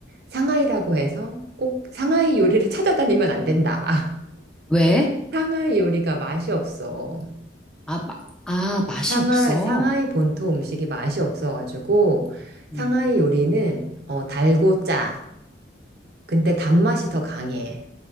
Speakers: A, on the right; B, in the centre.
A: 상하이라고 해서 꼭 상하이 요리를 찾아다니면 안 된다. <laughs>
B: 왜?
A: 상하이 요리가 맛이 없어.
B: 아, 마, 아, 맛이
A: 상하,
B: 없어.
A: 상하이 본토 음식이 맛이 없어가지고 상하이
B: 음.
A: 요리는 어, 달고 짜. 근데 단맛이 더 강해.